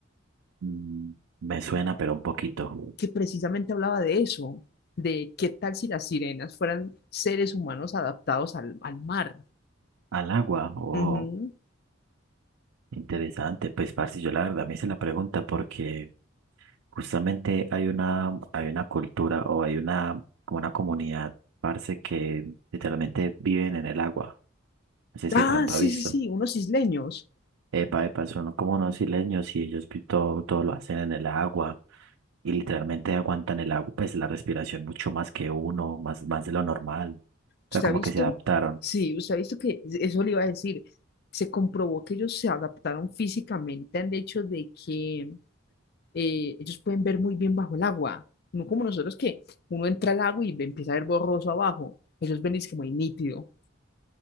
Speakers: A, on the right (about 85°); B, on the left (about 50°).
A: Mm, me suena, pero un poquito.
B: que precisamente hablaba de eso, de qué tal si las sirenas fueran seres humanos adaptados al, al mar.
A: ¿Al agua? Oh,
B: Ujú.
A: interesante. Pues, parce, yo la verdad me hice la pregunta porque Justamente hay una, hay una cultura o hay una, como una comunidad, parce, que literalmente viven en el agua. No sé si
B: Ah,
A: de pronto
B: sí,
A: ha visto.
B: sí, sí, unos isleños.
A: Epa, epa, son como unos isleños y ellos vi- todo, todo lo hacen en el agua y literalmente aguantan el agua, pues la respiración mucho más que uno, más, más de lo normal.
B: Usted
A: O sea, como
B: ha visto,
A: que se adaptaron.
B: sí, usted ha visto que e, eso le iba a decir. Se comprobó que ellos se adaptaron físicamente al hecho de que eh, ellos pueden ver muy bien bajo el agua. No como nosotros que uno entra al agua y ve- empieza a ver borroso abajo. Ellos ven y es que muy nítido.